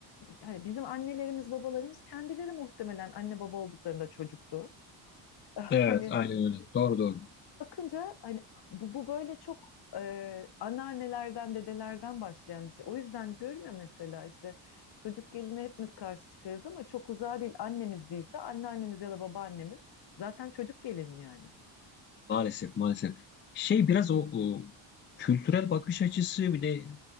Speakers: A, on the left; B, on the left.
A: Hani bizim annelerimiz, babalarımız kendileri muhtemelen anne baba olduklarında çocuktu. <laughs> Hani
B: Evet aynen öyle. Doğru doğru.
A: bakınca hani bu, bu böyle çok e, anneannelerden, dedelerden başlayan bir şey. O yüzden diyorum ya mesela işte çocuk geline hepimiz karşı çıkarız ama çok uzağa değil. Annemiz değilse anneannemiz ya da babaannemiz zaten çocuk gelin yani.
B: Maalesef maalesef. Şey biraz o, o kültürel bakış açısı bir de